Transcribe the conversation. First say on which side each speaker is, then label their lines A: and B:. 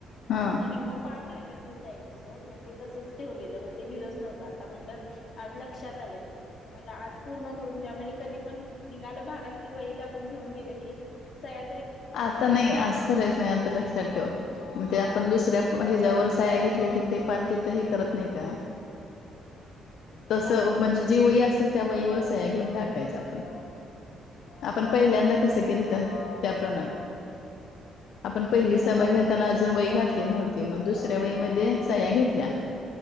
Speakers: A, on the left; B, on the left.
A: हा
B: नाही नाही म पा राहि तर लहायचं सोड, मग ते तंच ठेवलेलं मग ते लिहिलंच नव्हतं, आता म्हटलं आज लक्षात आलं. आज पूर्ण करून ठेवा, म्हणजे कधी पण निघाल भागात की वही टाकून घेऊन गेलं की, सया
A: आता नाही, आज करायच नाही, आता लक्षात ठेव, ते आपण दुसऱ्या ह्याच्यावर साह्या घेतल्या की, ते पान तेथ हे करत नाही का? तस
B: काय
A: म्हणजे जे वई अस त्या वहीवर सया घेऊन टाकायच्या आपण आपण पहिल्यांदा कस केलत त्या प्रमाण. आपण
B: हम्म
A: पहिली
B: म्हणजे
A: सभा
B: फक्त
A: घेताना अजून वय घातली नव्हती मग दुसऱ्या वय म सहाह्या घेतल्या.